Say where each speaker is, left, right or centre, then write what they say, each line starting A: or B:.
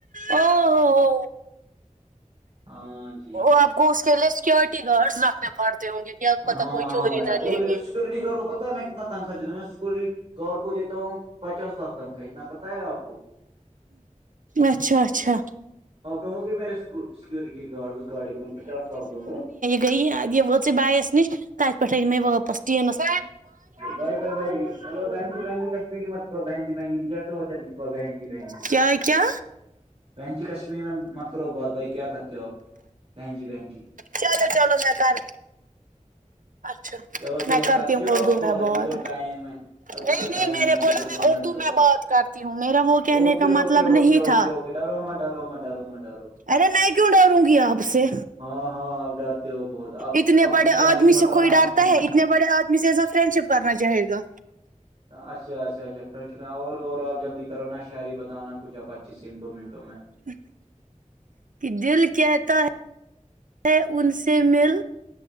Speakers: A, on the right; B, on the right.
A: او
B: ہاں جی
A: وہ آپ کو اس کے لیے سیکورٹی گارڈس رکھنے پڑتے ہوں گے کیا پتا
B: ہاں
A: کوئی
B: ہاں
A: چوری نہ لے لے
B: سکورٹی گارڈ کو پتا ہے میں کتنا تنخا دیتا ہوں میں سورٹی گارڈ کو دیتا ہوں پچاس لاکھ تنکھا پتا ہے آپ کو
A: اچھا اچھا
B: آپ رہو گے میرے سکورٹی گارڈ اس گاڑی کو میں پچاس لاکھ دوں گا
A: گ یہ وات بائییس نش تت پھ آ میں واپس ج نس
B: بائی بائے بائی بک بک ت بہنی بہنی ریلٹ ہو جائے گ کو بہنی بہنی
A: کیا کیا
B: بہن جی کشمیری میں مت کرو بات بھائی کیا کرتے ہو آپ بہن جی بہن جی
A: چلو چلو میں کر اچھا
B: چلو چلو
A: میں کرتی ہوں
B: ہو آپ
A: اردو
B: کال
A: میں
B: ابھی
A: بات
B: تو ٹائم ہے ابھی
A: نہیں
B: تو ٹائم
A: نہیں میں
B: ہے
A: نے
B: ابھی
A: بولا
B: تو دو
A: میں
B: منٹ
A: اردو
B: کرو
A: میں بات کرتی ہوں میرا وہ کہنے
B: اوکے
A: کا
B: اوکے
A: مطلب
B: اوکے
A: نہیں
B: اوکے
A: تھا
B: اوکے ڈرو مت ڈرو مت ڈرو مت ڈرو
A: ارے میں کیوں ڈروں گی آپ سے
B: ہاں ہاں آپ ڈرتے ہو بہت اب
A: اتنے
B: اب
A: بڑے
B: کچھ شعاری
A: آدمی سے
B: بتانا
A: کوئی ڈرتا
B: آپ نے
A: ہے اتنے بڑے آدمی سے ایسا فرینڈ شپ کرنا چاہ گا
B: اچھا اچھا اچھا ف چ اور آپ جلدی کرو نہا شعری بتاؤ نہ کچھپ اچھا اچیس دو منٹوں میں
A: ج <unintelligible> <inaudible> کہ دل کہتا ہے ہے ان سے مل